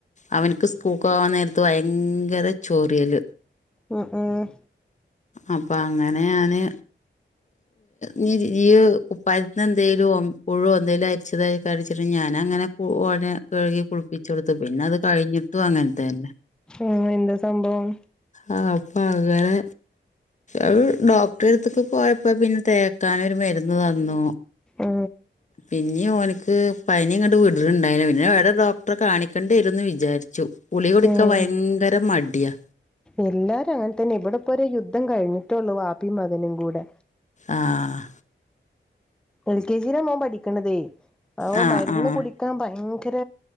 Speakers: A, on the left; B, in the centre.
A: അവൻക്ക് സ്കൂക്കോവാൻ നേര്ത്ത് ഭയങ്കര ചോറിയല്
B: ഉം ഏഹ്
A: അപ്പ അങ്ങനെ ഞാന് ഞ് ഇയ് കുപ്പായതിന്ന് എന്തേലും പുഴോ എന്തേലും അരിച്ചതായി കട്ച്ട്ട് ഞാനങ്ങനെ ഉ ഓനെ കഴുകി കുളിപ്പിച്ചൊട്ത്ത് പിന്നെ അത് കഴിഞ്ഞിട്ടും അങ്ങൻത്തന്നെ
B: ഏഹ് എന്ത സംഭവം?
A: ആഹ് അപ്പം അങ്ങനെ അത് ഡോക്ടറെടുത്ത് ക്ക് പോയപ്പോ പിന്നെ തേക്കാനൊരു മരുന്ന് തന്നു
B: മ്
A: പിന്നി ഓൻക്ക് പനിയങ്ങണ്ട് വ്ട്ണ് ണ്ടായില പിന്നെ എവ്ടെ ഡോക്ടറെ കാണിക്കേണ്ടി വരുംന്ന് വിചാരി ച്ചു. ഗുളിക കുടിക്കാൻ
B: ഉം
A: ഭയങ്കര മടിയാ.
B: എല്ലാരും അങ്ങൻ തന്നെ ഇവിടെപ്പൊര് യുദ്ധം കഴിഞ്ഞിട്ടൊള്ളൂ വാപ്പിം മകനും കൂടെ
A: ആഹ്
B: എൽ കെ ജി ലാ മോൻ പഠിക്ക്ണതേ. അവൻ
A: ആഹ്
B: മരുന്ന്
A: ആഹ്
B: കുടി ക്കാൻ ഭയങ്കര